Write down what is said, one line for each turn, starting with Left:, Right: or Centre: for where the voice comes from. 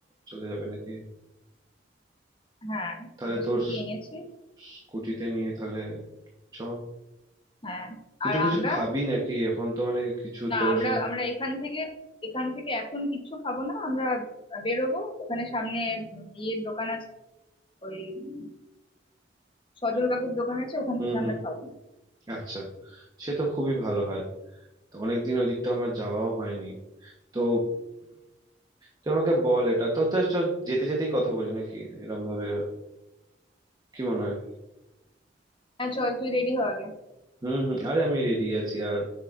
Right: চলে যাবে নাকি
Left: হ্যাঁ
Right: তাহলে
Left: আমি
Right: তোর
Left: স্কুটি এনেছি
Right: স্কুটিতে নিয়ে তাহলে চ
Left: হ্যাঁ
Right: তুই
Left: আর
Right: তো কিছু
Left: আমরা
Right: খাবি নাকি এখন তো মানে কিছু
Left: না
Right: তোরা
Left: আমরা
Right: সব
Left: আমরা এখান থেকে এখান থেকে এখন কিচ্ছু খাবো না আমরা বেরোবো ওখানে সামনে উম, ইয়ের দোকান আছে ওই উম, সজল কাকুর দোকান আছে ওখান
Right: হুম
Left: থেকে
Right: হুম
Left: আমরা খাবো
Right: আচ্ছা সে তো খুবই ভালো হয় তো অনেকদিন ওই দিকটা আমার যাওয়াও হয়নি তো তুই আমাকে বল এটা তো তো চ যেতে যেতেই কথা বলি নাকি এরম ভাবে আর কি মনে হয়
Left: হ্যাঁ চল তুই রেডি হ আগে
Right: হুম হুম আরে আমি রেডি আছি আর